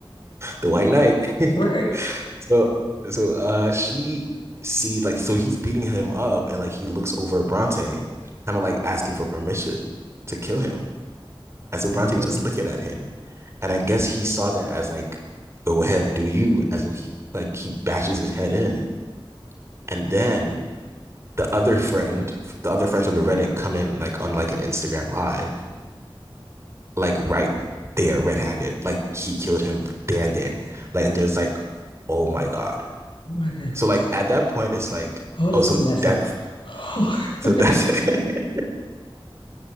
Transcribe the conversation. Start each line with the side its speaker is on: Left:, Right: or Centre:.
Right: the White Knight. <laughs>
Left: Right.
Right: So so uh she sees like so he's beating him up, and like he looks over at Bronte, kind of like asking for permission to kill him. And so
Left: Oh
Right: Bronte
Left: my goodness.
Right: just looking at him, And I guess he saw that as like, go ahead, do you. And so he like he bashes his head in. And then the other friend, the other friends from the Reddit come in like on like an Instagram live, like right there, red handed. Like he killed him there and then. Like and there's like, oh my God.
Left: Oh my goodness.
Right: So like at that point it's like,
Left: Oh, this
Right: oh so
Left: is messy.
Right: that's
Left: Oh,
Right: so
Left: <laughs>
Right: that's <laughs>